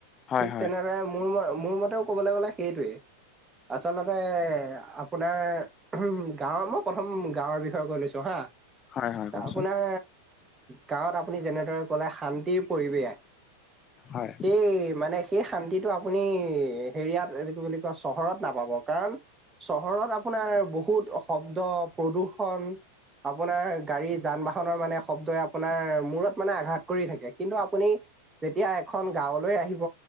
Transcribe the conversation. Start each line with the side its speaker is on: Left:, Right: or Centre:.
Left: হয়
Right: ঠিক
Left: হয়
Right: তেনেদৰে মোৰ ম মোৰ মতেও কবলৈ গলে সেইটোৱে আচলতে আপোনাৰ উমহু হু গাঁৱৰ মোক প্ৰথম গাঁৱৰ বিষয়ে কৈ লৈছো হা,
Left: হয় হয় কওকচোন
Right: আপোনাৰ গাঁৱত আপুনি যেনেদৰে ক'লে শান্তিৰ পৰিৱেশ
Left: হয়
Right: সেই মানে সেই শান্তিটো আপুনি হেৰিয়াত এই কি বুলি কয় চহৰত নাপাব কাৰণ চহৰত আপোনাৰ বহুত শব্দ প্ৰদূৰ্ষন আপোনাৰ গাড়ী যান বাহনৰ মানে শব্দই আপোনাৰ মূৰত মানে আঘাত কৰি থাকে কিন্তু আপুনি যেতিয়া এখন গাঁৱলৈ আহিব